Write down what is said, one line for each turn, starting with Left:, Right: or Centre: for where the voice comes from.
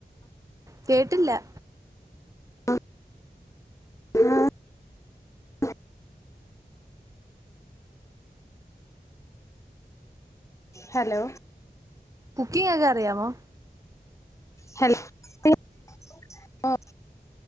Right: കേട്ടില്ല
Left: <unintelligible> ഹലോ
Right: കുക്കിങ് ഒക്കെ അറിയമോ?
Left: ഹലോ <unintelligible>